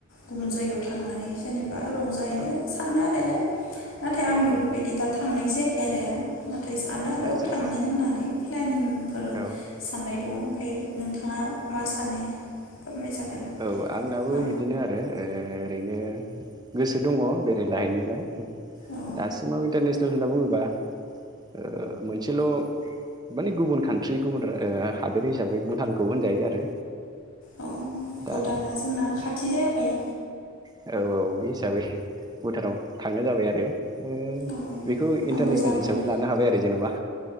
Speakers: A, on the left (about 85°); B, on the right (about 20°).
A: गुबुन जायगायाव थांनानै जेनेबा रंजाहैनो
B: औ
A: सानो आरो नाथाय आं
B: औ
A: बेफोरबायदि
B: औ
A: दा थांनोसै <unintelligible> नाथाय सानो
B: आदसा
A: आरो
B: आदसा
A: थांनो
B: औ
A: होननानै प्लेनिंफोर
B: औ
A: साननाय दङ ओमफ्राय नोंथाङा मा सानो फोरमायजागोन
B: औ आंनाबो
A: मा
B: बिदिनो आरो ओ ओरैनो गोसो दङ बेरायलाहैनोलाय
A: औ
B: दासिमाव इन्टारने सेल होनना बुङोबा ओ मोनसेल' माने गुबुन कान्ट्रि गुबुन हादोर हिसाबै भुटानखौ होनजायो आरो
A: औ
B: दा
A: भुटाना जोंना खाथि जाबाय
B: औ बे हिसाबै भुटानाव थांनाय जाबाय आरो ओ
A: औ
B: बेखौ
A: आंबो
B: इन्टारनेसनेल
A: जाबाय
B: हिसाबै लानो हाबाय आरो जेन'बा